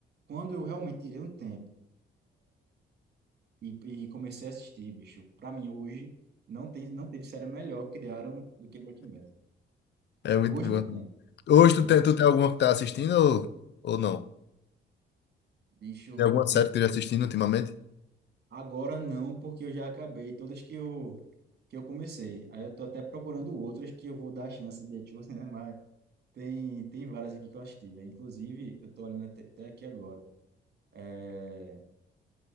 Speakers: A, on the right; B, on the left.
A: Quando eu realmente tirei um tempo e, e comecei a assistir, bicho, pra mim hoje não tem, não teve série melhor que criaram do que Breaking Bad.
B: É muito
A: Hoje
B: boa.
A: não tem.
B: Hoje tu
A: Hoje,
B: tem, tu tem alguma que tá assistindo ou, ou não?
A: bicho,
B: Tem alguma série
A: eu
B: que tu já assistindo ultimamente?
A: agora não, porque eu já acabei todas que eu que eu comecei. Aí eu tô até procurando outras que eu vou dar a chance de <laughs> Etiosen, né? Mas tem, tem várias aqui que eu assisti, velho. Inclusive, eu tô olhando até, até aqui agora. É,